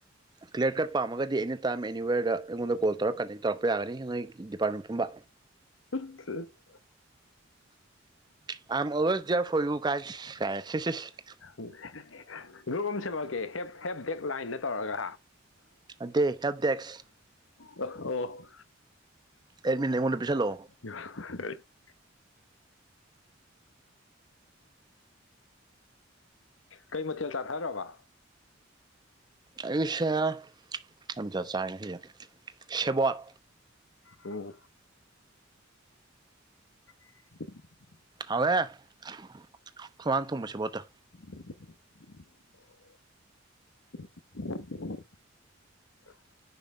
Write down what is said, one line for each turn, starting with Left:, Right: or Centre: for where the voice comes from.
Right: ꯀ꯭ꯂꯤꯌꯥꯔ ꯀꯠ ꯄꯥꯝꯃꯒꯗꯤ ꯑꯦꯅꯤ ꯇꯥꯏꯝ ꯑꯦꯅꯤꯋꯦꯔꯗ ꯑꯩꯉꯣꯟꯗ ꯀꯣꯜ ꯇꯧꯔꯒ ꯀꯟꯗꯦꯛ ꯇꯧꯔꯛꯄ ꯌꯥꯒꯅꯤ ꯅꯣꯏ ꯗꯤꯄꯥꯔꯠꯃꯦꯟ ꯄꯨꯝꯕ
Left: <unintelligible>
Right: <unintelligible>
Left: <unintelligible> ꯒ꯭ꯔꯨꯞ ꯑꯃ ꯁꯦꯝꯃꯛꯀꯦ ꯍꯦꯞ ꯍꯦꯞ ꯗꯦꯛ ꯂꯥꯏꯟꯗ ꯇꯧꯔꯒ
Right: ꯑꯗꯦ ꯌꯥꯝ ꯗꯁ
Left: ꯑ ꯑꯣ
Right: ꯑꯦꯗꯃꯤꯠ ꯅ ꯑꯩꯉꯣꯟꯗ ꯄꯤꯁꯜꯂꯣ
Left: <unintelligible> ꯀꯩ ꯃꯆꯦꯜ ꯁꯥꯥ ꯊꯔꯣꯕ
Right: ꯑꯩꯁꯦ ꯑꯃꯇ ꯆꯥꯉꯩꯁꯦ ꯁꯦꯕꯣꯠ
Left: ꯑꯣ <unintelligible>
Right: ꯍꯋꯦ ꯑꯩꯈꯣꯏꯃꯅ ꯊꯣꯡꯁꯕ ꯁꯦꯕꯣꯠꯇꯣ
Left: <inaudible> <inaudible>